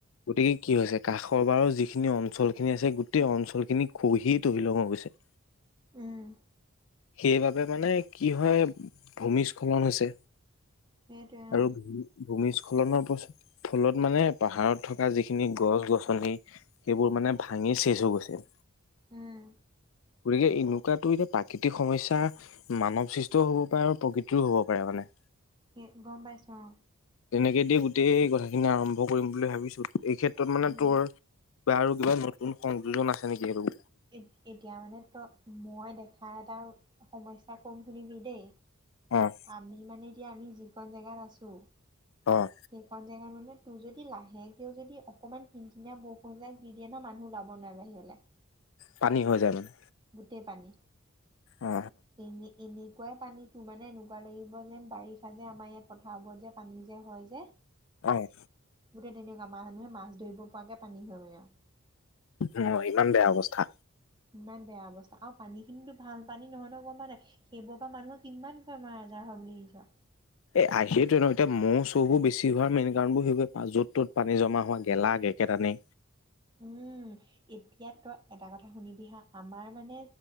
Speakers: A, on the left; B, on the right.
A: গতিকে কি হৈছে কাষৰ বাৰু যিখিনি অঞ্চলখিনি আছে গোটেই অঞ্চলখিনি খহি তহিলং হৈ গৈছে।
B: উম,
A: সেইবাবে মানে কি হয়, ভূমিস্খলন হৈছে।
B: সেইটোৱে অ,
A: আৰু ভূমিস্খলনৰ ফলত মানে পাহাৰত থকা যিখিনি গছ-গছনি সেইবোৰ মানে ভাঙি চেচ হৈ গৈছে।
B: উম,
A: গতিকে এনেকুৱাতো এতিয়া প্ৰাকৃতিক সমস্যা মানৱ সৃষ্টও হ'ব পাৰে আৰু প্ৰকৃতিৰও হ'ব পাৰে মানে।
B: কি! গম পাইছোঁ অহ।
A: তেনেকে দিয় গোটেই কথাখিনি আৰম্ভ কৰিম বুলি ভাবিছিল। এই ক্ষেত্ৰত মানে
B: উম,
A: তোৰ বা আৰু কিবা নতুন সংযোজন আছে নেকি আৰু?
B: এ-এতিয়া মানে তই, মই দেখা এটা স-সমস্যা ক'ম শুনিবি দেই।
A: অহ।
B: আমি মানে এতিয়া আমি যিখন জেগাত আছোঁ।
A: অহ।
B: সেইখন জেগাত মানে তোৰ যদি লাহে কেও যদি অকমান কিন-কিনিয়া বৰষুণ এজাক দি দিয়ে ন' মানুহ ওলাব নোৱাৰে বাহিৰলে।
A: পানী হৈ যায় মানে।
B: গোটেই পানী।
A: অ
B: এনে-এনেকুৱা পানীটো মানে এনেকুৱা লাগিব যেন বাৰিষা যে আমাৰ ইয়াত পথাৰবোৰত যে পানী যে হয় যে।
A: অহ।
B: গোটেই তেনেকুৱা, মা-মানুহে মাছ ধৰিব পৰাকে পানী হয় মানে আৰু।
A: অহ, ইমান বেয়া অৱস্থা।
B: ইমান বেয়া অৱস্থা আৰু পানীখিনিতো ভাল পানী নহয় ন' গম পোৱানে নাই। সেইবোৰৰ পৰা মানুহৰ কিমান বেমাৰ আজাৰ হয় বুলি ভাবিছ।
A: এই আহে সেইতোৱে ন' এতিয়া মৌ-চৌও বেছি হোৱাৰ মেইন কাৰণবোৰ সেইবোৰে য'ত ত'ত পানী জমা হোৱা গেলা-গেকেট আনে
B: উম, এতিয়া তই এটা কথা শুনিব হা! আমাৰ মানে